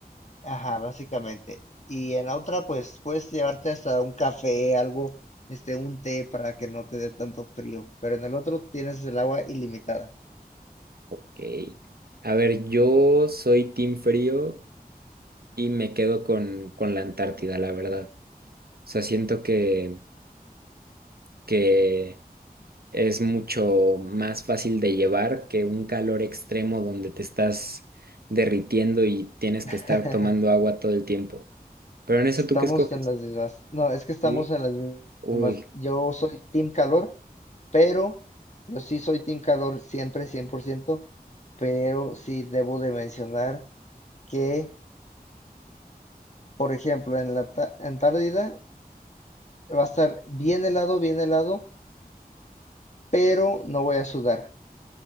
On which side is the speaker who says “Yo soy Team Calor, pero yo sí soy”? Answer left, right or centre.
Left